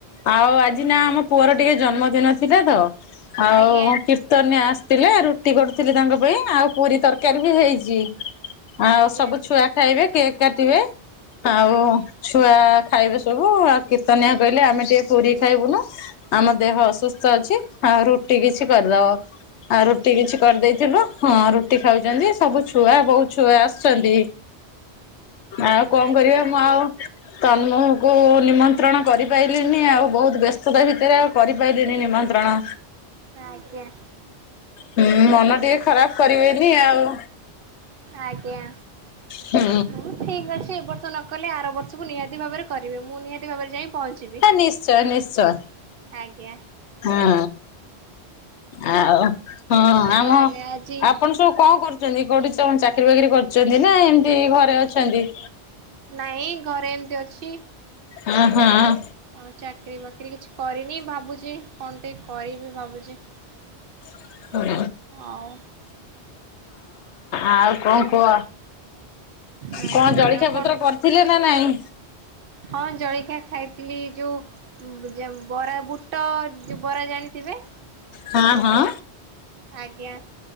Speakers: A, on the left (about 85°); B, on the right (about 60°).
A: ଆଉ ଆଜି ନା ଆମ ପୁଅର ଟିକେ ଜନ୍ମ ନଥିଲା ତ ଆଉ
B: ଆଜ୍ଞା
A: କି ତନିଆ ଆସିଥିଲେ ରୁଟି କରୁଥିଲେ ତାଙ୍କ ପାଇଁ ଆଉ ପୁରୀ ତର କାରି ବି ହେଇଛି ଆଉ
B: ଆଜ୍ଞା
A: ସବୁ ଛୁଆ ଖାଇବେ କେକ୍ କାଟିବେ। ଆଉ
B: ଆଜ୍ଞା
A: ଛୁଆ ଖାଇବେ ସବୁ ଆଉ କୀର୍ତ୍ତନିଆ କହିଲେ ଆମେ ଟିକେ ପୁରୀ ଖାଇବୁନୁ। ଆମ ଦେହ ଅସୁସ୍ଥ ଅଛି ଆଉ ରୁଟି କିଛି କରିଦବ। ଆଉ ରୁଟି
B: ଆଜ୍ଞା
A: କିଛି କରିଦେଇଥିଲୁ ହଁ ରୁ ରୁଟି ଖାଉଛନ୍ତି ସବୁ ଛୁଆ ବୋହୂ ଛୁଆ ଆସିଛନ୍ତି। ଆଉ କଣ
B: ଆଜ୍ଞା
A: କରିବା ମୁଁ ଆଉ ତ ମୁଁ କୁ ନିମନ୍ତ୍ରଣ କରିପାରିଲିନି ଆଉ ବହୁତ ବ୍ୟ ସେତା ଭିତରେ ଆଉ କରିପାରିଲିନି ନିମନ୍ତ୍ରଣ।
B: ଆଜ୍ଞା
A: ହୁଁ ମନ ଟିକେ ଖରାପ କରିବେନି ଆଉ।
B: ଆଜ୍ଞା
A: ହୁଁ।
B: ହୋଊ ଠିକ ଅଛି ଏ ବର୍ଷ ନ କଲେ ଆର ବର୍ଷକୁ ନିହାତି ଭାବରେ କରିବି ମୁଁ ନିହାତି ଭାବରେ ଯାଇ ପହଞ୍ଚିବି।
A: ନିଶ୍ଚୟ ନିଶ୍ଚୟ
B: ଆଜ୍ଞା
A: ହଁ। ଆଉ ହଁ ଆମ
B: ତାହେଲେ ଆଜି
A: ଆପଣ ସବୁ କ କରୁ କୋଉଠି ସବ୍ ଚାକିରି ବାକିରି କରୁଛନ୍ତି ନା ଏମିତି ଘରେ ଅଛନ୍ତି।
B: ନାଇଁ ଘରେ ଏମିତି ଅଛି।
A: ହଁ ହଁ।
B: ହଉ ଚାକିରୀ ବାକିରି କିଛି କରିନି ଭାବୁଛି କଣ ଟିକ କରିବି ଭାବୁଛି।
A: <unintelligible> ହଁ।
B: ଆଉ
A: ଆଉ
B: ଆପଣ
A: କଣ କୁହ
B: ଆଜ୍ଞା
A: କଣ ଜଳଖିଆ
B: ଆପଣ
A: ପତ୍ର କରିଥିଲେ ନା ନାଇଁ।
B: ହଁ ଜଳଖିଆ ଖାଇଥିଲି ଯୋଉ ବରା ବୁଟ ଜୋ ବରା ଜାଣିଥିବେ।
A: ହଁ ହଁ।
B: ଆଜ୍ଞା